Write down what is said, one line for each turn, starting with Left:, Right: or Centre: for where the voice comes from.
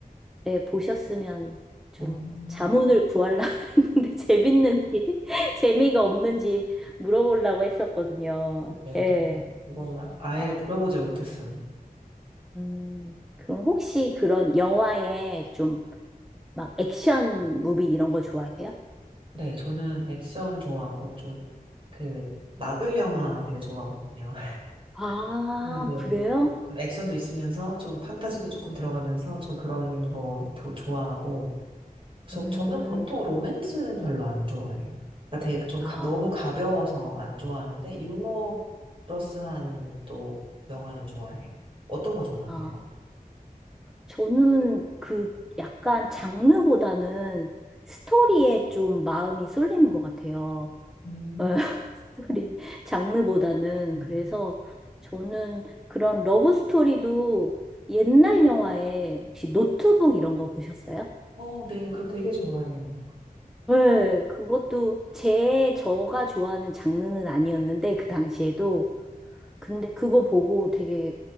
Centre: 예, 보셨으면 좀
Right: 음.
Centre: 자문을 구하려고 <laughs> 했는데 재밌는지 <laughs> 재미가 없는지 물어보려고 했었거든요.
Right: 그러게요.
Centre: 예.
Right: 저는 이걸 아- 아예
Centre: 아,
Right: 들어보지 못했어요.
Centre: 음, 그럼 혹시 그런 영화에 좀 막 액션 무비 이런 거 좋아하세요?
Right: 네, 저는 액션 좋아하고 좀 그 마블 영화
Centre: 음.
Right: 되게 좋아하거든요. <laughs>
Centre: 아,
Right: 네, 네,
Centre: 그래요?
Right: 네. 좀 액션도 있으면서 좀 판타지도 조금 들어가면서 좀 그런 거도 좋아하고 저
Centre: 음.
Right: 저는 보통 로맨스는 별로 안 좋아해요. 그러니까 되게 좀
Centre: 아,
Right: 가- 너무 가벼워서 안 좋아하는데 유머러스한 또 영화는 좋아해요. 어떤 거 좋아하세요?
Centre: 아. 저는 그 약간 장르보다는 스토리에 좀 마음이 쏠리는 것 같아요.
Right: 음.
Centre: <laughs> 스토리 <laughs> 장르보다는
Right: 음.
Centre: 그래서 저는 그런 러브 스토리도 옛날 영화에 혹시 노트북 이런 거 보셨어요?
Right: 어, 네, 그거 되게 좋아해요.
Centre: 네, 그것도 제 저가 좋아하는 장르는 아니었는데 그 당시에도 근데 그거 보고 되게